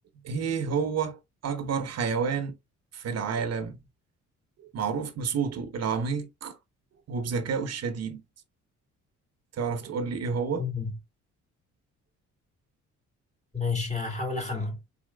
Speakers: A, on the right; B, on the left.
A: ايه هو اكبر حيوان في العالم معروف بصوته العميق وبذكائه الشديد تعرف تقول لي ايه هو
B: مم. ماشي هحاول أخمن اه